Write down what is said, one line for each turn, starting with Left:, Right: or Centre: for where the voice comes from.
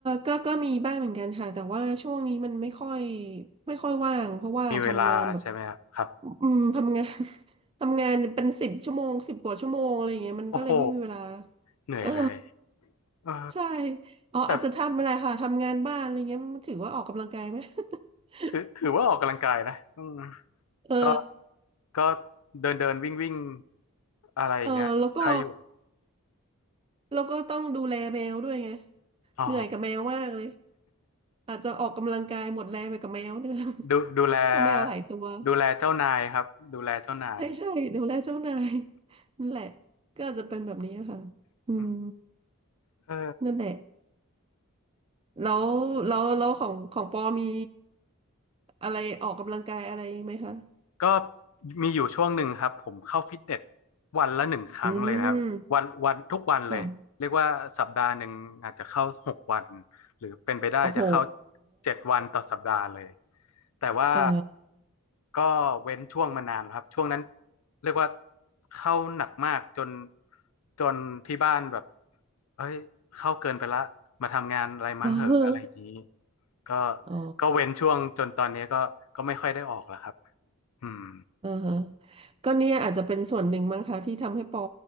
Right: ก็ก็มีบ้างเหมือนกันค่ะแต่ว่าช่วงนี้มันไม่ค่อยไม่ค่อยว่างเพราะว่าทำงานแบบ
Left: มีเวลาใช่ไหมครับครับ
Right: อืมทำงาน <laughs> ทำงานเป็นสิบชั่วโมงสิบกว่าชั่วโมงอะไรอย่างเงี้ยมันก็เลยไม่มีเวลา
Left: โอ้โหเหนื่อยเลย
Right: เออ
Left: เออ
Right: ใช่อ๋ออาจจะทำอะไรค่ะทำงานบ้านอะไรเงี้ยมันถือว่าออกกำลังกายไหม
Left: แต่
Right: <laughs>
Left: ถือถือว่าออกกำลังกายนะอืม
Right: เออ
Left: ก็ก็เดินเดินวิ่งวิ่งอะไรอย่างเงี้ยได้อยู่
Right: เออแล้วก็ แล้วก็ต้องดูแลแมวด้วยไง
Left: อ๋อ
Right: เหนื่อยกับแมวมากเลยอาจจะออกกำลังกายหมดแรงไปกับแมวเนี่ย <laughs>
Left: ดูดูแล
Right: เพราะแมวหลายตัว
Left: ดูแลเจ้านายครับดูแลเจ้านาย
Right: ใช่ใช่ดูแลเจ้านายนั่นแหละ ก็อาจจะเป็นแบบนี้ค่ะอืม
Left: <laughs> อืมเออ
Right: นั่นแหละ แล้วแล้วแล้วของของปอมีอะไรออกกำลังกายอะไรไหมคะ
Left: ก็มีอยู่ช่วงหนึ่งครับผมเข้าฟิตเนสวันละหนึ่งครั้งเลยนะครับวันวันทุกวันเลยเรียกว่าสัปดาห์หนึ่งอาจจะเข้าหกวัน
Right: อืมค่ะ
Left: หรือเป็นไปได้จะเข้า
Right: โอ้โห
Left: เจ็ดวันต่อสัปดาห์เลยแต่ว่า
Right: อ่า
Left: ก็เว้นช่วงมานานแล้วครับช่วงนั้นเรียกว่าเข้าหนักมากจนจนที่บ้านแบบเอ้ยเข้าเกินไปละมาทำงานอะไรมั่งเหอะอะไรอย่างนี้
Right: <laughs>
Left: ก็
Right: อ๋อ
Left: ก็เว้นช่วงจนตอนนี้ก็ก็ไม่ค่อยได้ออกแล้วครับ อืม
Right: อ่าฮะก็เนี่ยอาจจะเป็นส่วนหนึ่งมั้งคะที่ทำให้ปอ